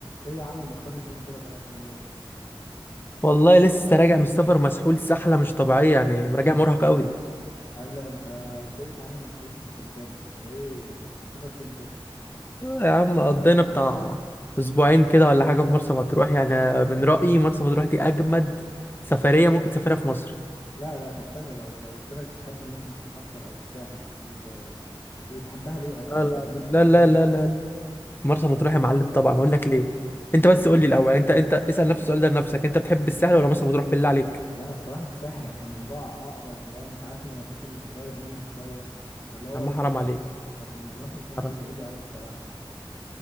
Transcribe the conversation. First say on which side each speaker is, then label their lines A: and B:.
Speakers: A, on the left; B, on the left.
A: ايه يا عم مختفي فين كده بقالك كام يوم
B: والله لسه راجع من السفر مسحول سحلة مش طبيعية يعني راجع مرهق قوي
A: قال لي انت قلت لي صحيح انك لسه كنت مسافر ايه كنت مسافر فين كده
B: آه يا عم قضينا بتاع أسبوعين كده ولا حاجة في مرسى مطروح يعني أنا من رأيي مرسى مطروح دي أجمد سفرية ممكن تسافرها في مصر
A: لا لا طب ثانيه لو لو قلت لك بتحب مرسى مطروح اكتر او الساحل تقول ده- وتحبها ليه اصلا
B: لا
A: يعني
B: لا
A: انت ليه تحب
B: لا لا
A: مرسى
B: لا
A: مطروح
B: لا مرسى مطروح يا معلم طبعا أقول لك ليه أنت
A: ليه
B: بس قول لي الأول أنت أنت اسأل نفس السؤال ده لنفسك أنت بتحب الساحل ولا مرسى مطروح بالله عليك
A: لا الصراحه الساحل عشان الموضوع اقرب وانا انت عارف ان انا ساكن قريب منها شويه فاللي هو
B: يا عم
A: لكن
B: حرام عليك
A: لكن مرسى مطروح
B: حرام
A: دي بعيده قوي الصراحه